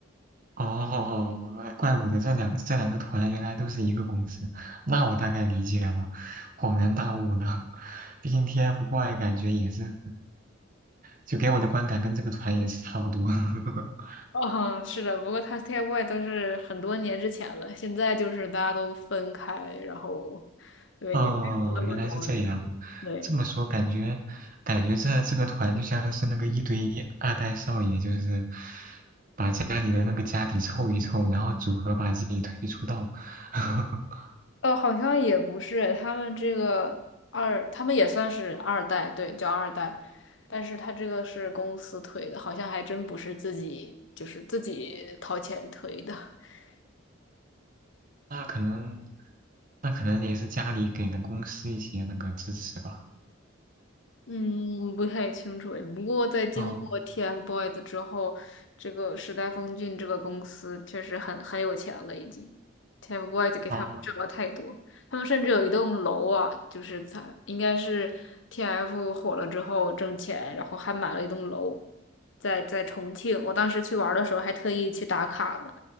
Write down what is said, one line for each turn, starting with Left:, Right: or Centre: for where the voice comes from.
Right: 哦，怪不得这两这两个团原来都是一个公司，那我大概理解了，恍然大悟呢。毕竟 TF Boy s 感觉也是，就给我的观感跟这个团也是差不多。<laughs>
Left: 啊，是的，不过他 TFBOYS 都是很多年之前了，现在就是大家都分开，然后对也没有那么多，
Right: 哦，原来是这样，
Left: 就是对。
Right: 这么说感觉感觉这这个团就像是那个一堆二代少爷，就是把家里的那个家底凑一凑，然后组合把自己推出道。<laughs>
Left: 呃，好像也不是，他们这个二，他们也算是二代，对，叫二代，但是他这个是公司推的，好像还真不是自己，就是自己掏钱推的。<laughs>
Right: 那可能那可能也是家里给的公司一些那个支持吧。
Left: 嗯，不太清楚诶。不过在经过
Right: 嗯，
Left: TFBOYS 之后，这个时代峰峻这个公司确实很很有钱了，已经。TFBOYS 给他们挣了太多。
Right: 哦，
Left: 他们甚至有一栋楼啊，就是才应该是 TF 火了之后挣钱，然后还买了一栋楼，在在重庆。我当时去玩儿的时候还特意去打卡了，